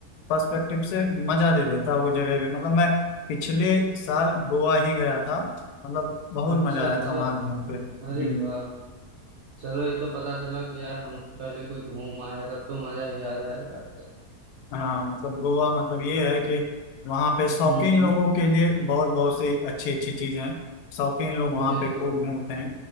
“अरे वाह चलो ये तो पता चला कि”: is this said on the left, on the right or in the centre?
Right